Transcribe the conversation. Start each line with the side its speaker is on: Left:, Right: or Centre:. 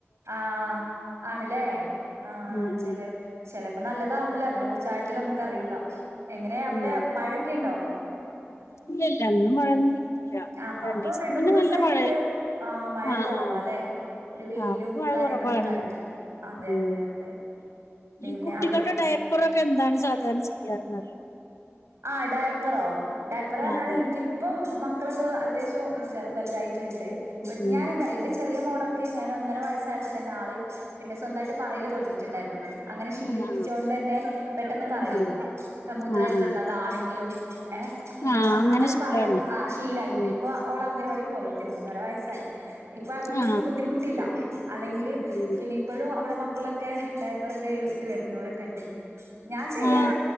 Right: ആഹ് ആണല്ലേ ആഹ്
Left: ഉം
Right: ചേലെ
Left: ഉം
Right: ചിലപ്പോ നല്ലതാവൂല അതിനെ കുറിച്ചഴത്തിൽ നമുക്ക് അറിയൂല എങ്ങനെയ അവിടെ
Left: ഉം
Right: മഴയൊക്കെ ഉണ്ടോ
Left: ഇല്ല ഇല്ല ഇന്ന് മഴയൊന്നുല്ല ഇല്ല
Right: ആഹ്
Left: രണ്ടീസം
Right: ഇപ്പൊ രണ്ട്
Left: മുന്നെ
Right: മൂന്നൂസായിട്ട്
Left: നല്ല മഴ
Right: മഴ
Left: ആഹ്
Right: കൊറവാല്ലേ
Left: ആഹ്
Right: ഒരു വെയിലും
Left: ആഹ് പ്പ മഴ
Right: കാര്യങ്ങളൊക്കെ
Left: കുറവാണ്
Right: ആയിട്ടുണ്ട് അതെ
Left: ഉം
Right: അതെ അതെ പിന്നെ
Left: ഈ കുട്ടികളുടെ
Right: അവിടു
Left: ഡയ പ്പറൊക്കെ എന്താണ് സാധാരണ ചെയ്യാ എന്നറിയോ
Right: ആഹ് ഡായപ്പറോ ഡായപ്പറ് പറഞ്ഞാല്
Left: ആ ആ
Right: ഇനിയ്ക്ക പ്പൊ മക്കളൊക്കെ അത്യാവശ്യം വലുതായിട്ടുണ്ട്
Left: ഉം, ഉം.
Right: ഞാനെന്താറിയോ ന്റെ ചെറിയ മോള് ക്കെ ഞാൻ ഒന്നര വയസ്സായപ്പോ തന്നെ ആള് പിന്നെ സ്വന്തയിട്ട് പറയൽ തോടങ്ങിയിട്ടുണ്ടായിരുന്നു അങ്ങനെ ശീലിപ്പിചോണ്ട്
Left: ആ ആ
Right: തന്നെ പെട്ടെന്ന് പറയും
Left: ഉം.
Right: മൂത്രയൊക്കെ
Left: ആ ആ
Right: ഉള്ളതാണെങ്കിലും ഏഹ് അപ്പം ഇതെല്ലാം
Left: ആ
Right: അങ്ങനെ
Left: സുഖാണ്
Right: പറയും ആ ശീലായിപ്പോയി
Left: ഉം.
Right: പ്പോ ഓള് അംഗൻവാടി പോലെടുത്തി മൂന്നര വയസ്സായി ഇപ്പൊ അതുകൊണ്ട്
Left: ആ
Right: എനിക്ക് ബുദ്ധിമുട്ടില്ല അല്ലെങ്കിൽ
Left: ഉം.
Right: പിന്നെ ഇപ്പഴും അവിടെ മക്കളൊക്കെ ഡൈപ്പറൊക്കെ ഇട്ട് വരുന്നവരൊക്കെണ്ട് ഞാൻ ചെയ്യാറ
Left: ആ